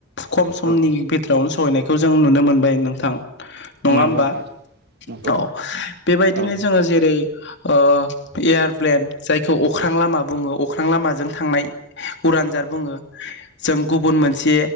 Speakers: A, on the left (about 55°); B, on the right (about 50°).
A: खम समनि
B: औ
A: बिथोरावनो। सहैनायखौ जों नुनो मोनबाय नोंथां। नङा
B: नंगौ
A: होमबा
B: नोंथां नंगौ
A: औ बेबायदिनो
B: औ
A: जोङो जेरै। ओ एयारप्लेन जायखौ। अख्रां लामा बुङो अख्रां लामाजों थांनाय। उरानजाद बुङो जों गुबुन मोनसे